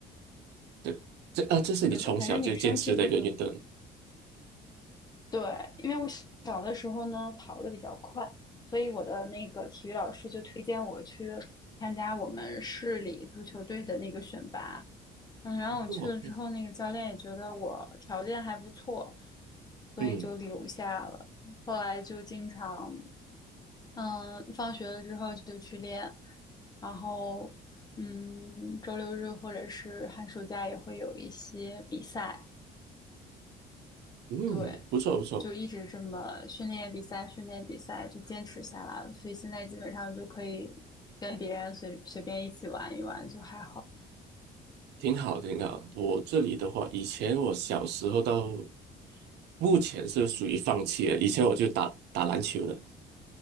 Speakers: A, on the right; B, on the left.
A: 对，这啊，这是你从小就坚持的一个运动，
B: 是的，反正女生踢足球对，因为我小的时候呢跑得比较快，所以我的那个体育老师就推荐我去参加我们市里足球队的那个选拔。嗯，然后我去了之后，
A: 哦，嗯
B: 那个教练也觉得我条件还不错，所以就留下了。
A: 嗯，
B: 后来就经常，嗯，放学了之后就去练，然后，嗯，周六日或者是寒暑假也会有一些比赛。
A: 嗯不错不错，
B: 对，就一直这么训练比赛，训练比赛就坚持下来了，所以现在基本上就可以跟别人随随便一起玩一玩，就还好。
A: 挺好挺好。我这里的话，以前我小时候到目前是属于放弃了，以前我就打打篮球了。